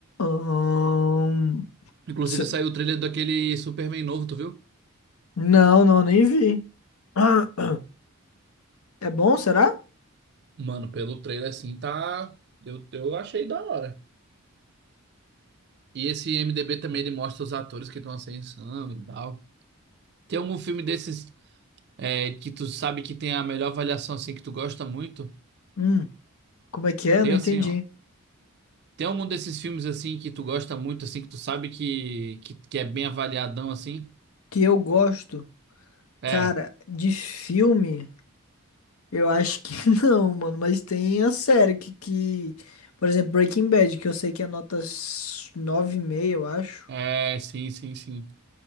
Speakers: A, on the left; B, on the right.
A: Ahn,
B: Inclusive
A: se-
B: saiu o trailer daquele Superman novo, tu viu?
A: não, não, nem vi. <clears throat> É bom, será?
B: Mano, pelo trailer assim, tá... Eu, eu achei da hora. E esse MDB também, ele mostra os atores que estão em ascensão e tal. Tem algum filme desses é, que tu sabe que tem a melhor avaliação assim que tu gosta muito?
A: Hum, como é que é?
B: Tem
A: Não
B: assim,
A: entendi.
B: ó. Tem algum desses filmes assim que tu gosta muito assim que tu sabe que que, que é bem avaliadão assim?
A: Que eu gosto,
B: É.
A: cara, de filme. Eu acho que <laughs> não, mano, mas tem a série que, que, por exemplo, Breaking Bad, que eu sei que é nota s- nove e meio, eu acho.
B: É, sim, sim, sim.